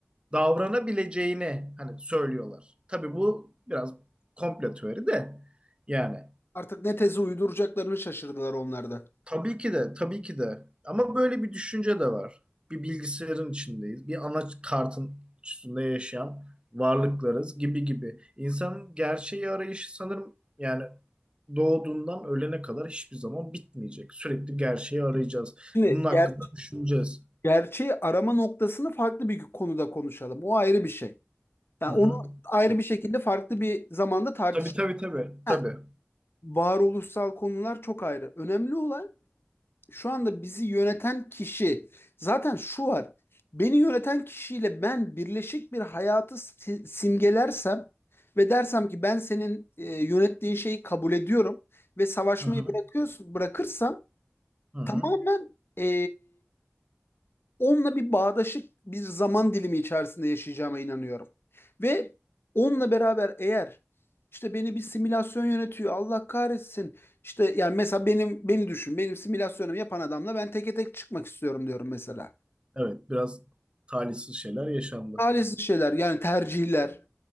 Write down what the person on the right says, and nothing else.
davranabileceğini hani söylüyorlar. Tabii bu biraz komplo teori de yani.
Tabii ki de, tabii ki de. Ama böyle bir düşünce de var. Bir bilgisayarın içindeyiz. Bir ana kartın üstünde yaşayan varlıklarız gibi gibi. İnsanın gerçeği arayışı sanırım yani doğduğundan ölene kadar hiçbir zaman bitmeyecek. Sürekli gerçeği arayacağız.
Bunun hakkında
düşüneceğiz.
Hı hı.
Tabii tabii tabii.
Tabii.
Hı hı.
Hı hı.
Evet, biraz talihsiz şeyler yaşandı.